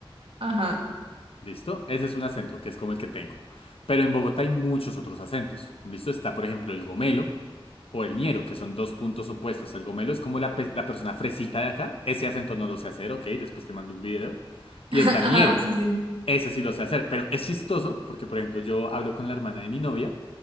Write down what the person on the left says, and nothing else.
¿Listo? Ese es un acento, que es como el que tengo. Pero en Bogotá hay muchos otros acentos. ¿Listo? Está, por ejemplo, el gomelo o el ñero, que son dos puntos opuestos. El gomelo es como la, pe- la persona fresita de acá. Ese acento no lo sé hacer, ok, después te mando un video.
Y
está el ñero.
Ese sí lo sé hacer. Pero es chistoso porque, por ejemplo, yo hablo con la hermana de mi novia